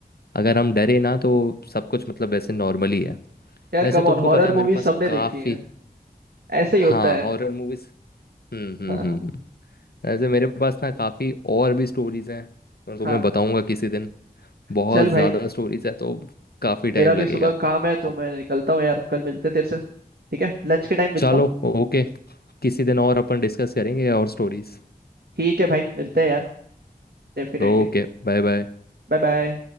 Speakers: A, on the left (about 70°); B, on the right (about 75°).
A: अगर हम डरे ना तो सब कुछ मतलब वैसे नॉर्मली है
B: यार
A: वैसे
B: कम
A: तुमको
B: ऑन हॉरर
A: पता है मेरे
B: मूवी
A: पास
B: सबने
A: काफ़ी
B: देखी है ऐसे ही होता
A: हाँ
B: है
A: हॉरर मूवीज हम्म हम्म
B: हाँ
A: हम्म हम्म। वैसे मेरे पास ना काफ़ी और भी स्टोरीज हैं मैं तुम्हें
B: हाँ
A: बताऊंगा किसी दिन बहुत
B: चल भाई
A: ज़्यादा स्टोरीज है तो काफ़ी टाइम
B: मेरा भी
A: लगेगा
B: सुबह काम है तो
A: अब
B: मैं निकलता हूँ यार कल मिलते हैं तेरे से ठीक है लंच के टाइम मिलता
A: चलो
B: हूँ
A: ओके किसी दिन और अपन डिस्कस करेंगे और स्टोरीज
B: ठीक है भाई मिलते हैं यार डेफिनेटली
A: Okay bye bye
B: Bye bye